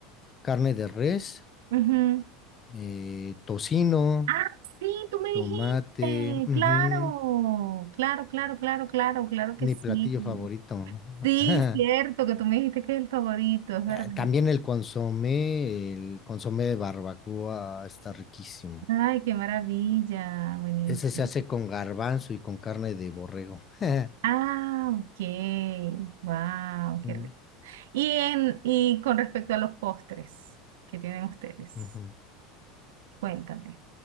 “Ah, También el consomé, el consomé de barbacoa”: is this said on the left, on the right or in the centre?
Left